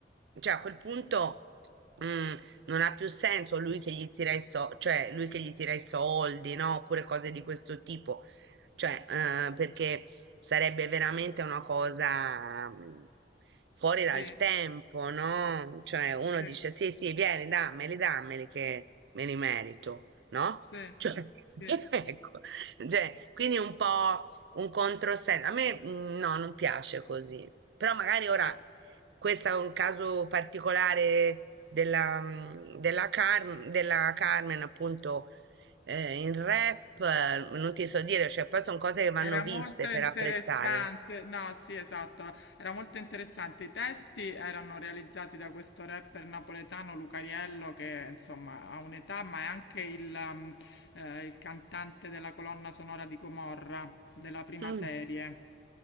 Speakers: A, on the right; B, on the left.
A: cioè, a quel punto. mm, non ha più senso lui che gli tira i so- cioè lui che gli tira i soldi, no? Oppure cose di questo tipo. Cioè, eh, perché sarebbe veramente una cosa mm, fuori
B: Sì,
A: dal tempo, no? Cioè, uno
B: sì.
A: dice sì, sì, vieni, dammeli, dammeli che me li merito, no?
B: Sì,
A: Cioè,
B: sì.
A: <laughs> ecco, cioè, quindi un po' un controsenso. A me mm, no, non piace così. Però magari ora
B: Ah,
A: questo è un caso particolare della, mm, della, Car- della Carmen, appunto, eh, in rap, eh, non ti so dire, cioè poi sono cose che vanno
B: Era
A: viste
B: molto
A: per
B: interessante,
A: apprezzarle.
B: no, sì, esatto, era molto interessante. I testi erano realizzati da questo rapper napoletano Lucariello, che insomma ha un'età, ma è anche il, um, eh, il cantante della colonna sonora di Gomorra, della prima
A: Mm,
B: serie.